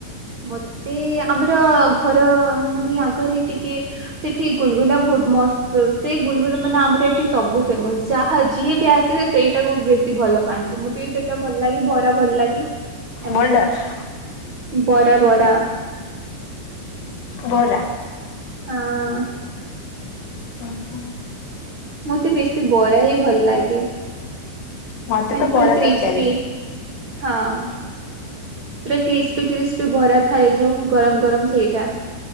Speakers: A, on the right; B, on the left.
A: ମୋତେ ଆମର ଘର ମାନେ ଆଗରେ ଟିକେ ସେଠି ଗୁଲଗୁଲା ବହୁତ ମସ୍ ସେଇ ଗୁଲଗୁଲ ମାନେ ଆମର ଏଠି ସବୁ ଫେମସ ଯାହା ଯିଏ ବି ଆସି ସିଏ ପା ସେଇଟାକୁ ବେଶୀ ଭଲ ପାଆନ୍ତି ମତେ ବି ସେଇଟା ଭଲ ଲାଗେ ବରା ଭଲ ଲାଗେ। ଏମିତି
B: ବୋଲଡ଼ର।
A: ବରା ବରା।
B: ବରା।
A: ହଁ।
B: ଉଁ ହୁଁ।
A: ମତେ ବେଶୀ ବରା ହି ଭଲ ଲାଗେ
B: ମତେ
A: ମାନେ
B: ତ ବରା
A: ପୁରା କ୍ରିସ୍ପି।
B: ତରକାରୀ
A: ହଁ। ପୁରା କ୍ରିସ୍ପି କ୍ରିସ୍ପି ବରା ଥାଏ ଯୋଉ ଗରମ ଗରମ ସେଇଟା।